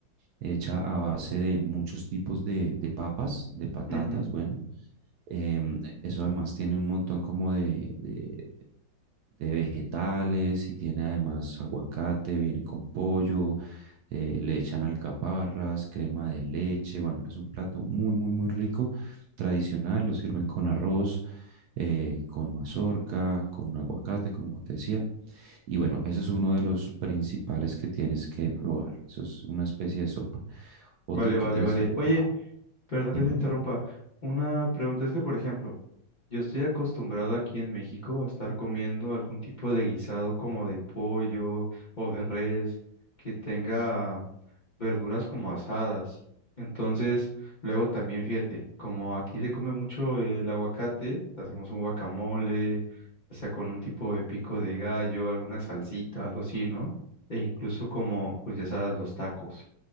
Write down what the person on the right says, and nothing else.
hecha a base de muchos tipos de, de papas, de patatas,
bueno. Em, eso además tiene un montón como de, de de vegetales y tiene además aguacate, viene con pollo, eh, le echan alcaparras, crema de leche, bueno, es un plato muy, muy, muy rico, tradicional, lo sirven con arroz, eh, con mazorca, con aguacate, como te decía, y bueno, ese es uno de los principales que tienes que probar, eso es una especie de sopa. Otro
que tienes
que probar,
dime.